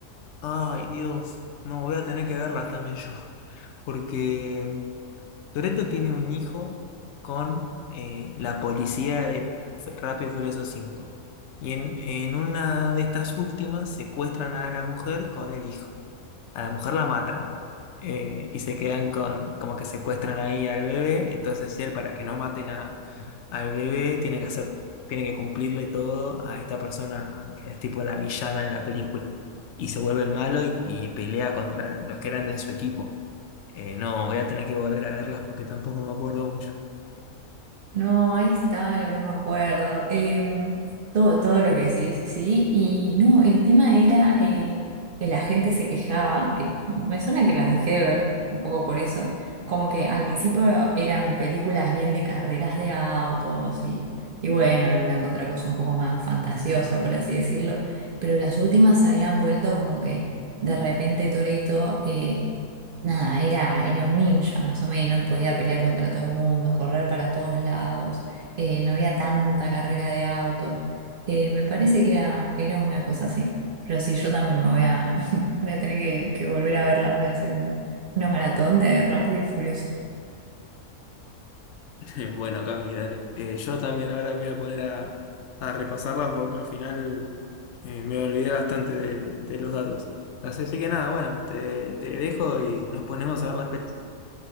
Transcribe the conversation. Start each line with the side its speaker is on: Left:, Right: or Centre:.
Left: ay, Dios, no, voy a tener que verlas también yo. <laughs> Porque Toretto tiene un hijo con eh, la policía de F- Rápido y Furioso cinco Y en, en una de estas últimas secuestran a la mujer con el hijo. a la mujer la matan eh, y se quedan con, como que secuestran ahí al bebé, entonces él para que no maten a, al bebé tiene que hacer, tiene que cumplirle todo a esta persona que es tipo la villana de la película. Y se vuelve el malo y, y pelea contra los que eran de su equipo. Eh, no, voy a tener que volver a verlas porque tampoco me acuerdo mucho.
Right: No, ahí está lo que me acuerdo. Em, todo, todo lo que decís, sí. Y no, el tema era eh, que la gente se quejaba, que me suena que las dejé de ver un poco por eso, como que al principio eran películas bien de carreras de autos y, y bueno, alguna que otra cosa un poco más fantasiosa, por así decirlo, pero las últimas habían vuelto como que de repente Torito eh, Nada, era, era un ninja más o menos, podía pelear contra todo el mundo, correr para todos lados, eh, no había tanta carrera de autos. Eh, me parece que era, era una cosa así. Pero sí, yo también me voy a, <laughs> voy a tener que, que volver a verla, voy a hacer un- una maratón de Rápido y Furioso.
Left: <laughs> Bueno, Cami, dale. Eh, yo también ahora me voy a poner a, a repasarlas porque al final eh, me olvidé bastante de, de los datos. Así así que nada, bueno, te, te dejo y nos ponemos a ver las pelis.